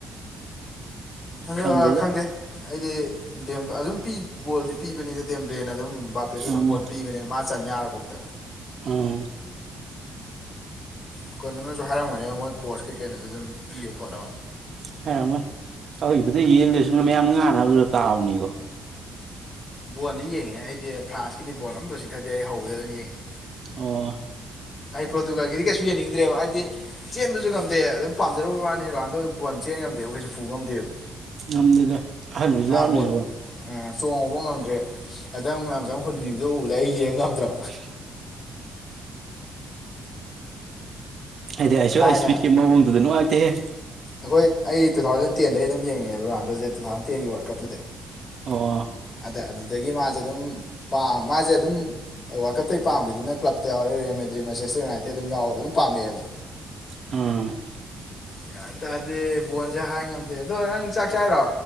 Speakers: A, on the left; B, on the right.
A: ꯑꯗꯣ
B: ꯈꯪꯗꯦꯗ
A: ꯈꯪꯗꯦ ꯑꯩꯗꯤ ꯑꯗꯨꯝ ꯕꯣꯜꯗꯤ ꯄꯤꯕꯅꯤꯗ ꯗꯦꯝꯕ꯭ꯂꯦꯅ ꯑꯗꯨꯝ ꯕꯥꯄꯦꯗ ꯑꯗꯨꯝ
B: ꯎꯝ
A: ꯕꯣꯟ ꯄꯤꯕꯅꯦꯕ ꯃꯥ ꯆꯟ ꯌꯥꯔꯕꯧꯗ
B: ꯎꯝ
A: ꯑ ꯀꯣꯅꯣꯅꯁꯨ ꯍꯥꯏꯔꯝꯒꯅꯦꯕ ꯃꯣꯏ ꯀꯣꯔꯁ ꯀꯩꯀꯩꯅꯣꯁꯨ ꯑꯗꯨꯝ ꯄꯤꯌꯨ ꯈꯣꯠꯅꯣ
B: ꯍꯥꯏꯔꯝꯒꯅꯤ ꯑꯩꯈꯣꯏꯕꯨꯗꯤ ꯌꯦꯡꯗꯁꯨ ꯃꯌꯥꯝ ꯉꯥꯅꯕꯗ ꯇꯥꯕꯅꯤꯀꯣ
A: ꯕꯣꯟꯜꯗꯤ ꯌꯦꯡꯉꯦ ꯑꯩꯗꯤ ꯐ꯭ꯔꯥꯟꯁꯀꯤꯗꯤ ꯕꯣꯜ ꯑꯃꯇ ꯆꯤꯊꯗꯦ ꯑꯩ ꯍꯧꯕꯗ ꯑꯗꯨꯝ ꯌꯦꯡꯉꯦ
B: ꯑꯣ
A: ꯑꯩ ꯄ꯭ꯔꯣꯇꯨꯒꯥꯜꯒꯤꯗꯤ ꯀꯩꯁꯨ ꯌꯦꯡꯅꯤꯡꯗ꯭ꯔꯦꯕ ꯍꯥꯏꯗꯤ ꯆꯦꯟꯕꯁꯨ ꯉꯝꯗꯦ ꯑꯗꯨꯝ ꯄꯥꯝꯖꯔꯨꯕ ꯋꯥꯅꯤ ꯔꯍꯥꯟꯗꯣ ꯆꯦꯟ ꯉꯝꯗꯦꯕ ꯀꯩꯁꯨ ꯄꯨ ꯉꯝꯗꯦꯕ
B: ꯉꯝꯗꯦꯗ ꯑꯍꯟ ꯑꯣꯏꯁꯤꯜꯂꯛꯑꯕꯅꯤꯅꯀꯣ
A: ꯃꯥ ꯕꯣꯜ ꯆꯣꯡꯍꯧꯕ ꯉꯝꯗ꯭ꯔꯦ ꯈꯤꯗꯪ ꯃꯌꯥꯝꯆꯡ ꯑꯃꯨꯛ ꯍꯨꯟꯕꯤꯌꯨ ꯂ ꯎꯕꯗ ꯑꯩ ꯌꯦꯡ ꯉꯝꯇ꯭ꯔꯣ
B: <unintelligible> ꯑꯩꯗꯤ ꯑꯩꯁꯣꯏꯁꯄꯤꯠꯀꯤ
A: ꯊꯥꯏꯅ
B: ꯃꯑꯣꯡꯗꯨꯗ ꯅꯨꯡꯉꯥꯏꯇꯦꯍꯦ
A: ꯑꯩꯈꯣꯏ ꯑꯩ ꯇꯨ ꯊꯥꯎꯖꯟ ꯇꯦꯟꯗꯩ ꯑꯗꯨꯝ ꯌꯦꯡꯉꯦ ꯔꯣꯅꯥꯟꯗꯣꯁꯦ ꯇꯨ ꯊꯥꯎꯖꯟ ꯇꯦꯟꯒꯤ ꯋꯥꯔꯜ ꯀꯞꯇꯨꯗꯩ
B: ꯑꯣ
A: ꯑꯗ ꯑꯗꯨꯗꯒꯤ ꯃꯥꯁꯦ ꯑꯗꯨꯝ ꯄꯥ ꯃꯥꯁꯦ ꯑꯗꯨꯝ ꯋꯥꯜꯀꯞꯇꯩ ꯄꯥꯝꯈꯤꯗꯨꯅ ꯀ꯭ꯂꯞ ꯧꯔꯦ ꯔꯦꯃꯦꯗ꯭ꯔꯤ ꯃꯁꯦꯁꯇ ꯌꯨꯅꯥꯏꯇꯦ ꯑꯗꯨꯝꯎꯔꯦ ꯑꯗꯨꯝ ꯄꯥꯝꯃꯛꯑꯦꯕ
B: ꯎꯝ
A: ꯒꯌꯥꯟ ꯇꯥꯗꯦ ꯕꯣꯟꯁꯦ ꯍꯥꯏ ꯉꯝꯗꯦ ꯑꯗꯣ ꯅꯪ ꯆꯥꯛ ꯆꯥꯏꯔꯣ